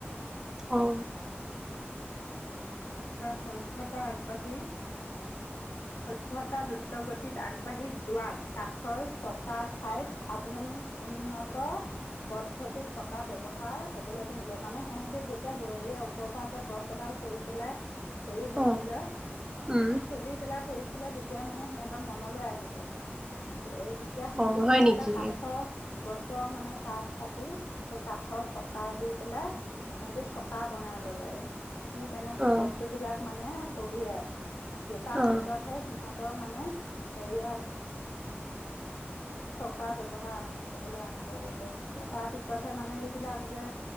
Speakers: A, on the right; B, on the left.
A: অম
B: সভ্যতা আগবাঢ়ি সভ্যতা দ্ৰুত গতিত আগবাঢ়ি যোৱাত কাঠৰ চকাৰ ঠাইত আধুনিক উন্নত পদ্ধতি চকা ব্যৱহাৰ হবলৈ ধৰিলে মানে সিহঁতি যেতিয়া ব ওপৰৰ পৰা যে গছ এডাল কৰি পেলাই হেৰি হৈছিলে
A: অ', উম,
B: চলি পেলাই কৰিছিলে তেতিয়া মানে সিহঁতৰ মনলৈ আহিলে এই তেতিয়া সিহঁতে
A: অ', হয়
B: কি কৰিলে
A: নেকি?
B: কাঠৰ গছৰ মানে কাঠ কাটি সেই কাঠৰ চকাৰ দি পেলাই সিহতি চকা বনাই ললে সেই তেনেকে
A: অ',
B: বস্তু বিলাক মানে কঢ়িয়াই যে তাৰ
A: অ',
B: পিছত পিছতহে সিহঁতৰ মানে হেৰিয়া চকাৰ ব্যৱহাৰ আৰম্ভ হ'বলৈ আৰম্ভ কৰিলে তাৰ পিছতহে মানে এইবিলাক যে